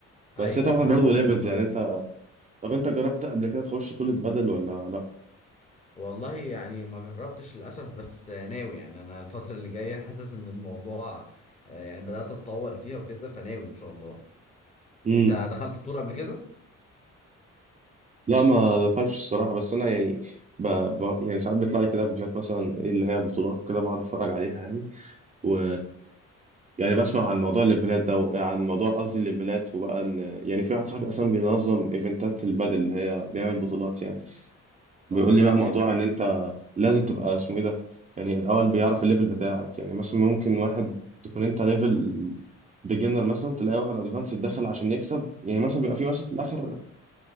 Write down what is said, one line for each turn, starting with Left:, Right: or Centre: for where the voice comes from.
Right: بس
Left: ايوه
Right: هي طبعا
Left: فاهم
Right: برضه
Left: قصدك
Right: ليفلز
Left: اه
Right: يعني انت طب انت جربت قبل كده تخش طولة بدل ولا لا
Left: والله يعني ما جربتش للاسف بس ناوي يعني انا الفتره اللي جايه حاسس ان الموضوع آه، يعني بدات اتطور فيها وكده فناوي ان شاء الله
Right: امم
Left: انت دخلت بطوله قبل كده
Right: لا ما دخلتش الصراحه بس انا يعني ب... ب... يعني ساعات بيطلع لي كده فيديوهات مثلا إيه اللي هي بطولات وكده بقعد اتفرج عليها يعني و يعني بسمع عن موضوع الليفلات ده وعن موضوع قصدي الليفلات وبقى ان يعني في واحد صاحبي اصلا بينظم ايفنتات البادل اللي هي بيعمل بطولات يعني بيقول
Left: طب والله
Right: لي بقى
Left: جامد
Right: موضوع ان انت لازم تبقى اسمه ايه ده يعني الاول بيعرف الليفل بتاعك يعني مثلا ممكن واحد تكون انت ليفل بيجنر مثلا تلاقي واحد ادفانس دخل عشان يكسب يعني مثلا بيبقى في مثلا في الاخر